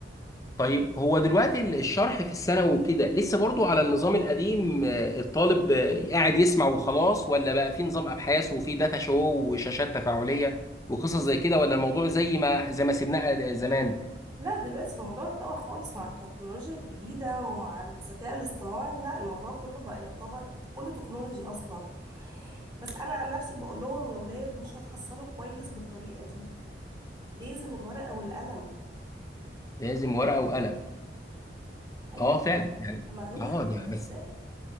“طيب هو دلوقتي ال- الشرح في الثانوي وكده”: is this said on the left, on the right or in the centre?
Left